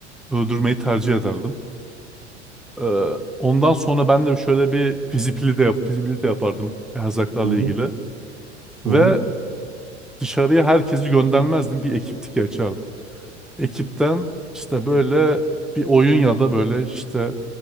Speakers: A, in the centre; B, on the right (about 60°).
A: öldürmeyi tercih ederdim. Ee, ondan sonra ben de şöyle bir fizibilite, yap, fizibilite yapardım erzaklarla
B: Hı hı.
A: ilgili.
B: Hı
A: Ve
B: hı.
A: dışarıya herkesi göndermezdim. Bir ekiptik açardım. Ekipten işte böyle bir oyun ya da böyle işte